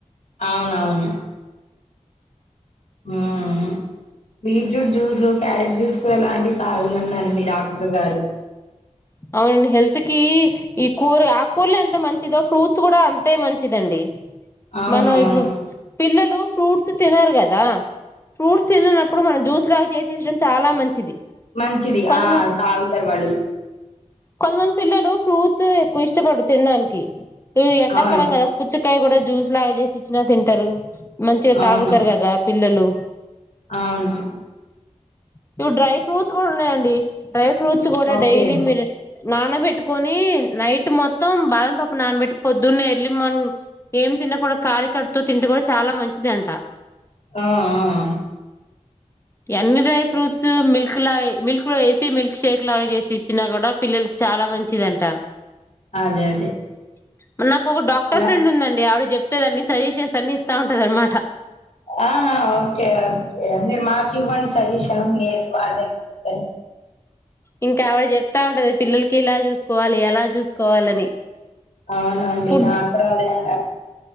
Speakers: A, on the left (about 70°); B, on the left (about 20°).
A: అవునవును హ్మ్ బీట్రూట్ జ్యూస్ క్యారెట్ జ్యూస్ కూడా లాంటివి తాగమన్నారండి డాక్టర్ గారు
B: అవును హెల్త్ కి ఈ కూర ఆకూరలు ఎంత మంచిదో ఫ్రూట్స్ కూడా అంతే మంచిదండి
A: అవునవును.
B: మనం ఇప్పుడు పిల్లలు ఫ్రూట్స్ తినరు కదా ఫ్రూట్స్ తిన్ననప్పుడు మనం జ్యూస్ లాగా చేసిం చడం చాలా మంచిది
A: మంచిది
B: కొంతమ
A: ఆ తాగుతారు వాళ్ళు
B: కొంతమంది పిల్లలు ఫ్రూట్స్ ఎక్కువ ఇష్టపడు తినడానికి ఇ ఎండాకాలం
A: అవును.
B: కదా పుచ్ కాయ కూడా జ్యూస్ లాగా చేేసి ఇచ్చినా తింటారు మంచిగా
A: అవును.
B: తాగుతారు కదా పిల్లలు
A: అవును
B: ఇప్పుడు డ్రై ఫ్రూట్స్ కూడా ఉన్నాయండి డ్రై ఫ్రూట్స్ కూడా
A: ఓకే.
B: డైలీ మీర్ నానబెట్టుకొని నైట్ మొత్తం బాదం పాప్పు నానబెట్టి పొద్దున్నే ఎర్లీ మార్నింగ్ ఏం తిినకుండా కాలి కడుపుతో తింటే కూడా చాలా మంచిదంట
A: ఆ ఆ ఆ
B: ఎన్ని డ్రై ఫ్రూట్స్ స్ మిల్క్ లాగే మిల్క్ లో వేసి మిల్క్ షేక్ లాగా చేసి ఇచ్చిన కూడా పిల్లలకి చాలా మంచిదండ
A: అదే అదే
B: <unintelligible> నాకు ఒక డాక్టర్
A: ల
B: ఫ్రెడ్ ఉందండి ఆవిడ చెప్ చెప్పేదండి సజెషన్స్ అన్ని ఇస్తా ఉంటది అనమాట
A: ఆహా ఓకే ఓకే మీరు మాకు ఇవ్వండి సజెషన్ మీర్ వార్నింగ్ ఇస్తాద్
B: ఇంకా ఆవిడ చెప్తా ఉంటది పిల్లలకి ఇలా చూసుకోవాలి అలా చూసుకోవాలని
A: అవునండి
B: ఫుడ్
A: నా కూడా అదే <inaudible>